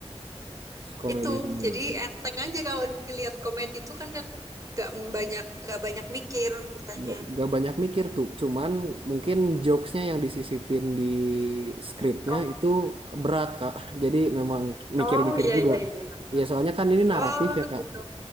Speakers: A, on the right; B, on the right.
A: <laughs> komedi
B: Itu,
A: semua.
B: jadi enteng aja kalau ngelihat komedi itu kan nggak nggak banyak nggak banyak mikir kitanya.
A: nggak nggak banyak mikir tuh cuman mungkin jokesnya yang disisipin di skripnya
B: Oh,
A: itu berat kak jadi memang mikir-mikir
B: oh iya
A: juga
B: iya iya iya. iya.
A: ya soalnya kan ini
B: Oh
A: naratif ya kak
B: gitu.